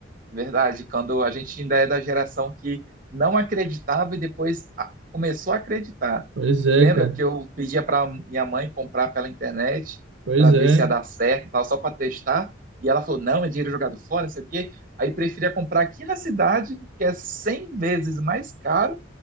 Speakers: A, on the right; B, on the right.
A: Verdade, quando a gente ainda é da geração que não acreditava e depois a- começou a acreditar.
B: Pois é,
A: Lembra
B: cara.
A: que eu pedia para minha mãe comprar pela internet
B: Pois
A: para ver
B: é.
A: se ia dar certo, e tal, só para testar, e ela falou: "Não, é dinheiro jogado fora, não sei o quê". Aí preferia comprar aqui na cidade, que é 100 vezes mais caro,